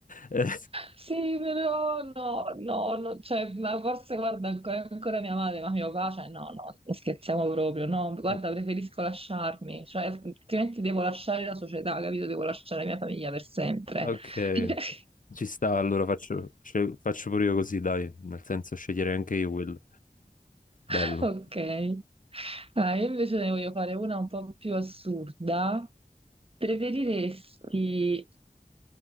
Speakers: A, on the left; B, on the right.
A: Eh,
B: Sì, però no, no, no, cioè, ma forse guarda ancora, ancora mia madre, ma mio papà, cioè, no, no, non scherziamo proprio, no, guarda,
A: <laughs>
B: preferisco lasciarmi, cioè, altrimenti devo lasciare la società, capito? Devo lasciare la mia famiglia per sempre.
A: ok,
B: <laughs>
A: ci sta, allora faccio, sce- faccio pure io così, dai, nel senso sceglierei anche io quello.
B: <laughs>
A: Bello.
B: Ok. Ah, io invece ne voglio fare una un po' più assurda. Preferiresti